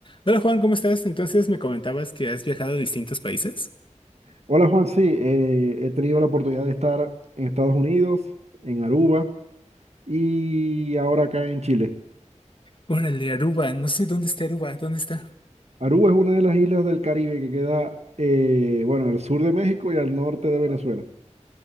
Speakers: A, on the left (about 45°); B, on the right (about 60°).
A: Hola Juan, ¿cómo estás? Entonces me comentabas que has viajado a distintos países.
B: Hola Juan, sí, eh, he tenido la oportunidad de estar en Estados Unidos, en Aruba y ahora acá en Chile.
A: Órale, Aruba, no sé dónde está Aruba, ¿dónde está?
B: Aruba es una de las islas del Caribe que queda, eh, bueno, al sur de México y al norte de Venezuela.